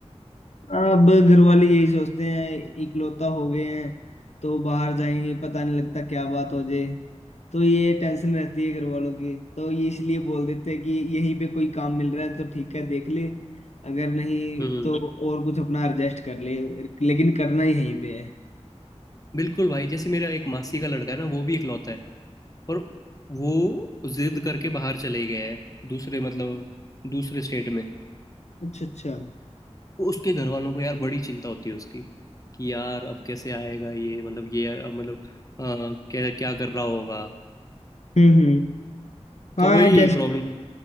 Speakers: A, on the left; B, on the left.
A: अब घर वाले यही सोचते हैं इकलौता हो गए हैं तो बाहर जाएंगे पता नहीं लगता क्या बात हो जाए तो ये टेंशन रहती है घर वालों की तो ये इसलिए बोल देते हैं कि यहीं पे कोई काम मिल रहा है तो ठीक है देख ले अगर नहीं
B: हम्म
A: तो और कुछ अपना एडजस्ट कर ले लेकिन करना ही यहीं पे है
B: बिल्कुल भाई जैसे मेरा एक मासी का लड़का है ना वो भी इकलौता है पर वो जिद करके बाहर चले गया है दूसरे मतलब दूसरे स्टेट में
A: अच्छा अच्छा
B: तो उसके घर वालों को यार बड़ी चिंता होती है उसकी कि यार अब कैसे आएगा ये मतलब ये अ, मतलब अ, क्या क्या कर रहा होगा
A: हम्म हम्म
B: तो
A: हाँ
B: वही
A: है जैसे
B: प्रॉब्लम